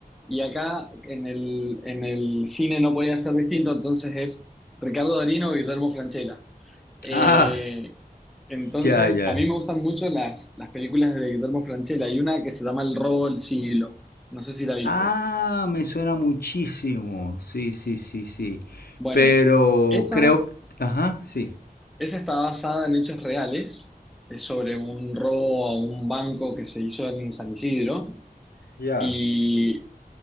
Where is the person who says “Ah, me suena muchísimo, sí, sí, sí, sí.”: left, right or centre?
Left